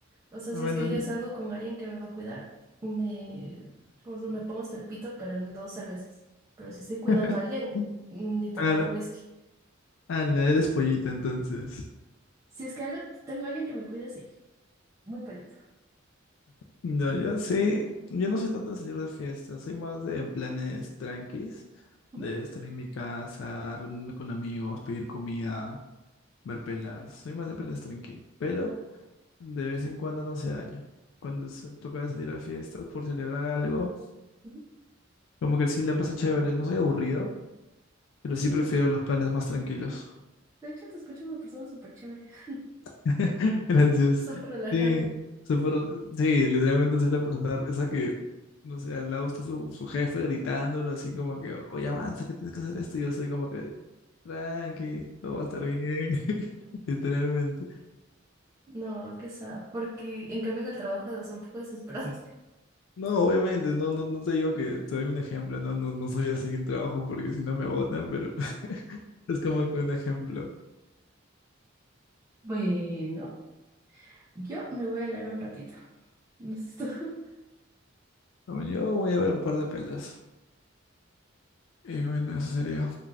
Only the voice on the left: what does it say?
Bueno,
y-
<laughs>
Ahora,
Ah, la eres pollita, entonces.
No, yo sí, yo no soy tanto de salir de fiesta, soy más de planes tranquis,
de estar en mi casa, reunirme con amigos, pedir comida, ver pelas, soy más de planes tranqui, pero de vez en cuando no se daña. Cuando se toca de salir a fiestas por celebrar algo,
como que sí la paso chévere, no soy aburrido, pero sí
prefiero los planes más tranquilos.
<laughs> Gracias.
Sí, súper- sí, literalmente soy la persona esa que, no sé, al lado está su, su jefe gritándolo así como que, oye, avanza, que tienes que hacer esto. Y yo soy como que, tranqui, todo va a estar bien, <laughs> literalmente.
No, obviamente, no, no, no te digo que te doy un ejemplo, no, no, no soy así en el trabajo porque si no me botan, pero <laughs> es como que un ejemplo.
Como Yo voy a ver un par de pelas. Y bueno, eso sería.